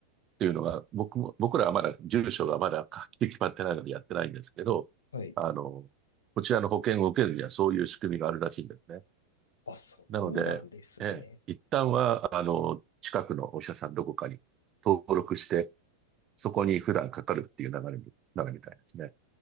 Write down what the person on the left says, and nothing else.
はい。
あ、そうなんですね。